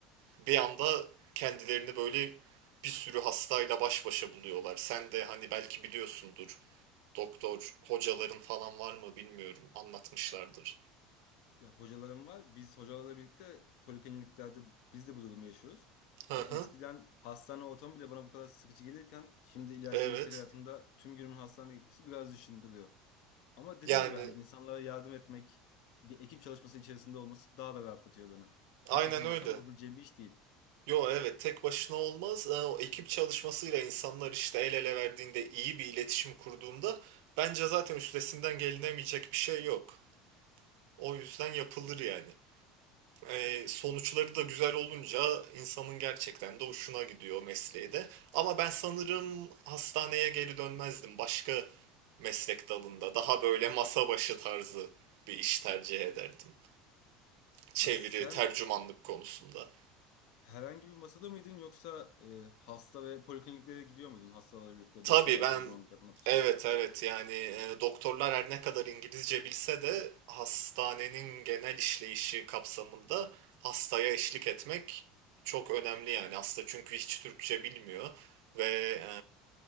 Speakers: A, on the right (about 75°); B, on the left (about 70°).
A: Bir anda kendilerini böyle bir sürü hastayla baş başa buluyorlar. Sen de hani belki biliyorsundur doktor hocaların falan var mı bilmiyorum. Anlatmışlardır.
B: Ya hocalarım var. Biz hocalarla birlikte polikliniklerde biz de bu durumu yaşıyoruz.
A: Hı hı.
B: Ya eskiden hastane ortamı bile bana bu kadar sıkıcı gelirken şimdi ileriki
A: Evet.
B: meslek hayatımda tüm günümün hastanede geçmesi biraz düşündürüyor. Ama dediğim
A: Yani
B: gibi hani insanlara yardım etmek, bir ekip çalışması içerisinde olması daha da rahatlatıyor beni. Tek
A: aynen
B: başıma
A: öyle.
B: olsam yapabileceğim bir iş değil.
A: Yo evet tek başına olmaz. Ee, O ekip çalışmasıyla insanlar işte el ele verdiğinde iyi bir iletişim kurduğunda bence zaten üstesinden gelinemeyecek bir şey yok. O yüzden yapılır yani. E, sonuçları da güzel olunca insanın gerçekten de hoşuna gidiyor mesleği de. Ama ben sanırım hastaneye geri dönmezdim. Başka meslek dalında daha böyle masa başı tarzı bir iş tercih ederdim. Çeviri,
B: Ay sen
A: tercümanlık konusunda.
B: Herhangi bir masada mıydın yoksa e, hasta ve polikliniklere gidiyor muydun hastalarla birlikte
A: Tabii
B: doktorlara
A: ben
B: tercümanlık yapmak için?
A: evet evet yani e, doktorlar her ne kadar İngilizce bilse de hastanenin genel işleyişi kapsamında hastaya eşlik etmek çok önemli yani hasta çünkü hiç Türkçe bilmiyor ve e,